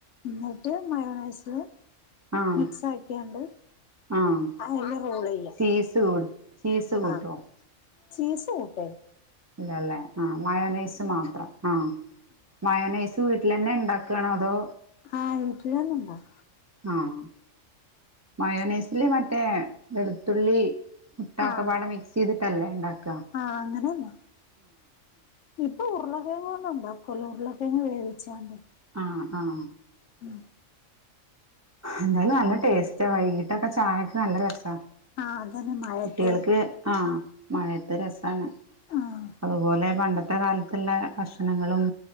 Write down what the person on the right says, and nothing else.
ആഹ്
ആഹ്
ചീസ് ക ചീസ് കൂട്ടോ
ഇല്ലല്ലേ ആഹ് മയോണൈസ് മാത്രം ആഹ് മയോണൈസ് വീട്ടില്ന്നെ ഇണ്ടാക്കാണോ അതൊ
ആഹ് മയോണയിസില് മറ്റേ വെളുത്തുള്ളി മുട്ടക്കെ
പാടെ മിക്സ് ചെയ്തിട്ടല്ലേ ഉണ്ടാക്ക
ആഹ് ആഹ്
എന്തായാലും നല്ല ടേസ്റ്റ വൈകീട്ടൊക്കെ ചായക്ക് നല്ല രസ
കുട്ടികൾക്ക് ആഹ് മഴയത്തെ രസാണ്
അതുപോലെ പണ്ടത്തെ കാലത്തുള്ള ഭക്ഷണങ്ങളും